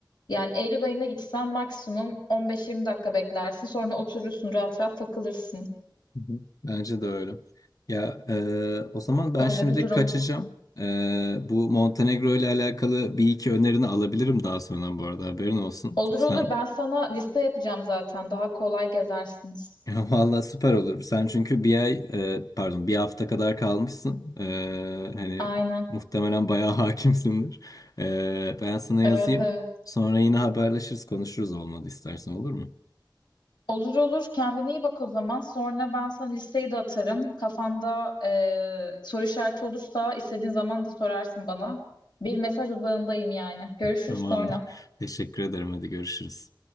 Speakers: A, on the left; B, on the left.
A: yani Eylül ayında gitsen maksimum 15-20 dakika beklersin sonra oturursun rahat rahat takılırsın.
B: hı hı. Bence de öyle. Ya e, o zaman ben
A: Öyle
B: şimdilik
A: bir durum.
B: kaçacağım. E, bu Montenegro ile alakalı bir iki önerini alabilirim daha sonra bu arada haberin olsun.
A: Olur
B: Çünkü
A: olur
B: sen
A: ben sana liste yapacağım zaten daha kolay gezersiniz.
B: <laughs> Valla süper olur. Sen çünkü bir ay e, pardon bir hafta kadar kalmışsın. E, hani
A: Aynen.
B: muhtemelen bayağı <laughs> hakimsindir. E, ben sana
A: Evet
B: yazayım.
A: evet.
B: Sonra yine haberleşiriz konuşuruz olmadı istersen olur mu?
A: Olur olur kendine iyi bak o zaman sonra ben sana listeyi de atarım kafanda eee, soru işareti olursa istediğin zaman da sorarsın bana. Bir mesaj uzağındayım yani. Görüşürüz
B: Tamamdır.
A: sonra.
B: Teşekkür ederim. Hadi görüşürüz.